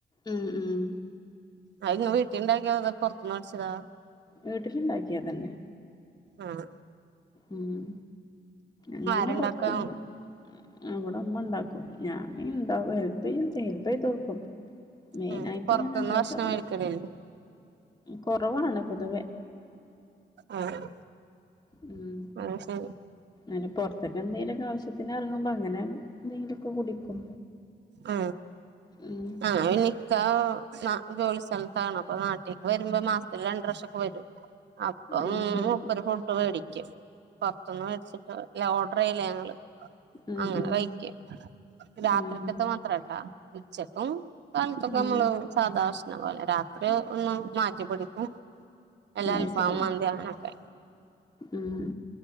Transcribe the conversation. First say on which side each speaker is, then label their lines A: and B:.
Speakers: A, on the left (about 25°); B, on the right (about 80°).
A: ഉം ഉം
B: അ ഇങ് വീട്ടിണ്ടാക്കിയ അത് പൊറത്ത്ന്നടിച്ചതാ?
A: വീട്ടിലുണ്ടാക്കിയത് തന്നെ
B: ആഹ്
A: ഉം അങ്ങനെ
B: ആരുണ്ടാക്കാ
A: പൊറത്തന്ന് അവടമ്മ ഉണ്ടാക്കും ഞാൻ ഇന്താവും ഹെൽപ് ചെയ്യും ഹെൽപ് ചെയ്ത് കൊടുക്കും മെയിൻ
B: ഉം
A: ആയിട്ട്
B: പൊറത്തുന്ന്
A: ഞാൻ ഉണ്ടാക്കാറില്ല
B: ഭക്ഷണം കഴിക്കലില്ലേ
A: കുറവാണ് പൊതുവെ
B: ആഹ്
A: ഉം
B: അത് ശരി
A: അ പുറത്തൊക്കെ എന്തെങ്കിലുംനൊക്കെ ആവശ്യത്തിന് ഇറങ്ങുമ്പോ അങ്ങനെ എന്തെങ്കിലുമൊക്കെ കുടിക്കും
B: ആ
A: ഉം
B: ആ <unintelligible> ക്ക ജോലി സ്ഥലത്താണ് അപ്പൊ നാട്ടിക്ക് വരുമ്പോ മാസത്തില് രണ്ട് പ്രാവശ്യ ഒക്കെ വരും അപ്പം
A: ആ ശരി
B: മൂപ്പരു ഫുട്ട് മേടിക്കും പുറത്തൊന്നു മേടിച്ചിട്ട് അല്ല ഓർഡർ ചെയ്യില്ല ഞങ്ങള്
A: ഉം
B: അങ്ങനെ
A: ഉം
B: കഴിക്കും രാത്രിത്തെ
A: ഉം
B: ത്രഡ്ഡ ഉച്ചക്കും കാലത്തും ഒക്കെ നമ്മള്
A: ഉം
B: സാദാ ഭക്ഷണം പോലെ രാത്രി ഒന്ന് മാറ്റി പിടിക്കും വല്ല
A: അത്
B: അൽഫാം
A: ശരി
B: മന്തി അങ്ങനെക്കെ
A: ഉം